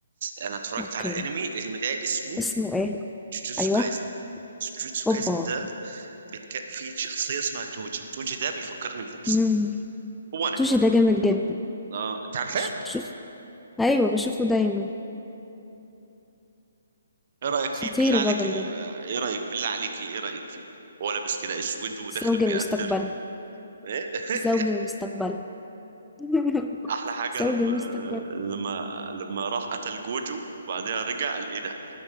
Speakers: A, on the right; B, in the centre.
A: انا اتفرجت
B: اوكي
A: على انمي الانمي ده اسمه
B: اسمه ايه
A: جوجوتسو
B: ايوه
A: كايزن جوجوتسو
B: اوبا
A: كايزن ده بتك... فيه شخصيه اسمها توجي توجي ده بيفكرني بنفسي
B: امم
A: هو انا
B: توشي ده جامد جدا
A: اه انت عارفاه
B: ش- شوف ايوه بشوفه دايما
A: ايه رايك فيه
B: خطير
A: بالله عليك
B: الراجل
A: آه،
B: ده
A: ايه رايك بالله عليك ايه رايك فيه هو لابس كده اسود وداخل
B: زوج
A: بيقتل
B: المستقبل
A: ايه
B: زوج
A: <laughs>
B: المستقبل <laughs>
A: احلى حاجه
B: زوج
A: لما
B: المستقبل
A: لما لما راح قتل جوجو وبعدها رجع قال ايه ده